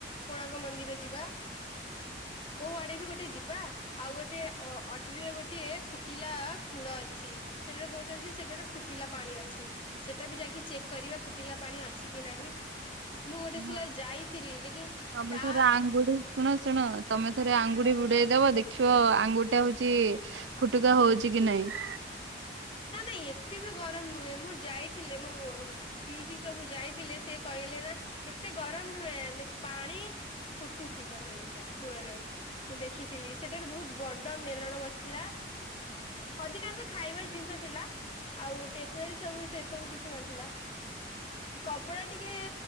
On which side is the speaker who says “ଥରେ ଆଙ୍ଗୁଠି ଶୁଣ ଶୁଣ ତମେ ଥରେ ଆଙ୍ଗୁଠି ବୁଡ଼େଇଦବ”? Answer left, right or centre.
Right